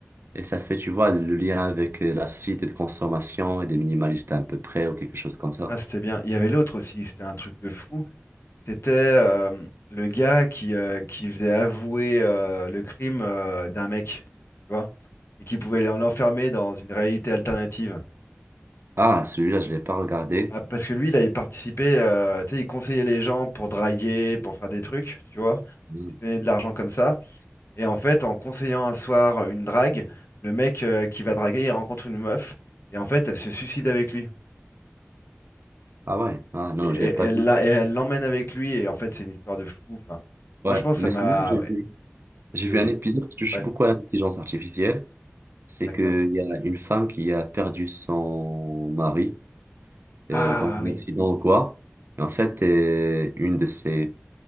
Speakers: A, on the right; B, on the left.
A: Et ça fait, tu vois, le lien avec euh, la société de consommation et des minimalistes à peu près ou quelque chose comme ça.
B: Ah, c'était bien. Il y avait l'autre aussi, c'était un truc de fou. C'était euh, le gars qui, euh, qui faisait avouer euh, le crime euh, d'un mec, tu vois, et qui pouvait l'en- l'enfermer dans une réalité alternative.
A: Ah, celui-là, je l'ai pas regardé.
B: Ah, parce que lui, il avait participé, euh, tu sais, il conseillait les gens pour draguer, pour faire des trucs, tu vois.
A: Hmm.
B: Il se donnait de l'argent comme ça. Et en fait, en conseillant un soir euh, une drague, le mec euh, qui va draguer, il rencontre une meuf, et en fait, elle se suicide avec lui.
A: Ah ouais, ah non,
B: Et, et-
A: je l'ai pas
B: et elle
A: vu.
B: l'a- et elle l'emmène avec lui, et en fait, c'est une histoire de fou. Enfin,
A: Ouais,
B: franchement, ça
A: mais
B: m'a.
A: sinon, j'ai
B: Ouais,
A: vu. J'ai vu
B: c'est-
A: un épisode qui touche
B: ouais,
A: beaucoup à l'intelligence artificielle. c'est
B: d'accord.
A: qu'il y a une femme qui a perdu son mari
B: Ah
A: euh, dans un
B: oui,
A: accident ou quoi. Et en fait, euh, une de ses,